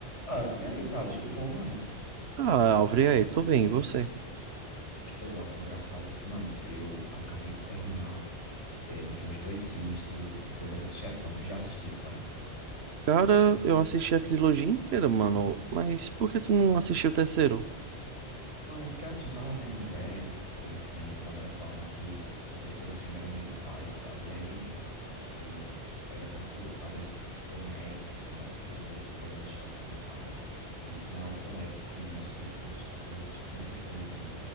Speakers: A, on the left; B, on the right.
A: Ah, e aí, Thales, tudo bom, mano?
B: Ah, Alvre, e aí, tô bem, e você?
A: Estou ótimo, graças a Deus. Mano, eu acabei de terminar eh, de ver os dois filmes do, do Poderoso Chefão. Tu já assististe esse, cara?
B: Cara, eu assisti a trilogia inteira, mano, mas por que tu não assistiu o terceiro?
A: Mano, é porque assim, eu tava vendo no Reddit e tudo, assim, a galera falando que o terceiro filme era meio paia, sabe? E aí, que tipo, era muito, talvez, desconexo, assim, das coisas do, do Poderoso Chefão e pá. E que não era tão épico que nem os, os, os, os, os primeiros dois, né?